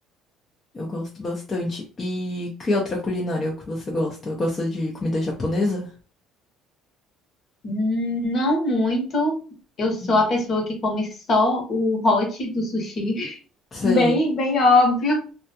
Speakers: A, on the left; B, on the left.
A: eu gosto bastante. E que outra culinária que você gosta? Eu gosto de comida japonesa?
B: Hum, Não muito. Eu sou
A: Hum.
B: a pessoa que come só o hot do sushi. <laughs>
A: Sei.
B: Bem, bem óbvio.